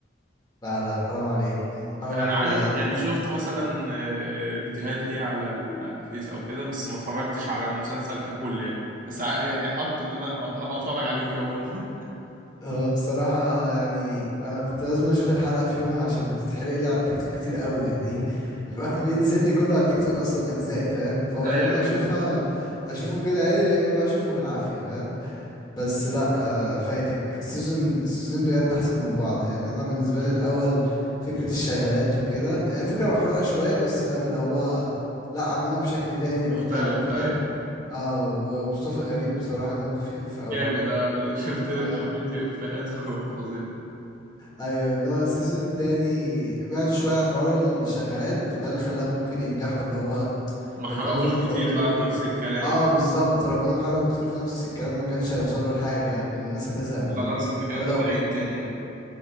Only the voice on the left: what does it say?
لا لا حرام عليك حرام عليك
ده يعني
هو بصراحة يعني أنا كنت لازم أشوف الحلقة في يومها عشان بتتحرق لي على التيك توك كتير قوي يعني <laughs> بيبقى بينزل لي كله على التيك توك أصلا أجزاء فاهم فهو
يا إما أشوفها أشوفه كده عادي يا إما بقى أشوفه بالعافية فاهم بس لا آه، فايتك السيزون السيزونين بجد احسن من بعض يعني انا بالنسبه لي الاول فكره الشغالات وكده هي فكره محروقه شويه بس فاهم اللي هو لا عاملينها بشكل تاني
وبتاع وكده
اه ومصطفى غريب بصراحه دمه خفيف
قوي
اه
ايوه ان هو السيزون التاني بعدوا شويه عن حوار الشغالات وده اللي خلاهم ممكن ينجحوا اللي هو
لو كانوا فضلوا
كملوا
اه بالظبط لو كانوا حرقوا كتير في نفس الكلام ما كانش هيوصلوا لحاجه يعني كنا الناس هتزهق منهم
بدأوا